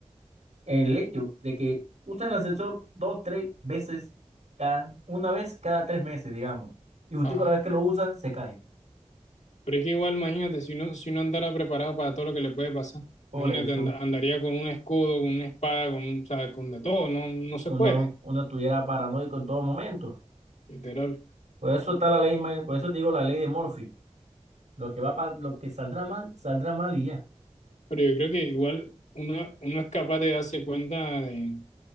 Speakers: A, on the right; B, on the left.
A: El hecho de que usas el ascensor dos, tres veces cada, una vez cada tres meses, digamos. Y justo
B: ajá,
A: con la vez que lo usas, se cae.
B: pero es que igual, imagínate, si uno, si uno andara preparado para todo lo que le puede pasar,
A: Por
B: imagínate,
A: eso
B: and- andaría con un escudo, con una espada, con, un- o sea, con de todo, no, no se
A: uno,
B: puede,
A: uno estuviera paranoico en todo momento.
B: literal.
A: Por eso está la ley, ma- por eso te digo la ley de Murphy. Lo que va pa- lo que saldrá mal, saldrá mal y ya.
B: Pero yo creo que igual uno, uno es capaz de darse cuenta de,